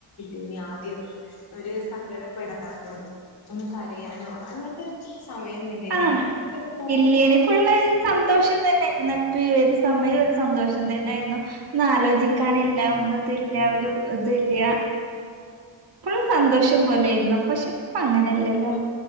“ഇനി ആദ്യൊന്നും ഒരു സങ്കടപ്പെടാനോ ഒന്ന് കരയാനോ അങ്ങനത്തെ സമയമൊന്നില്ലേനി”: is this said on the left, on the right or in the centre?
Left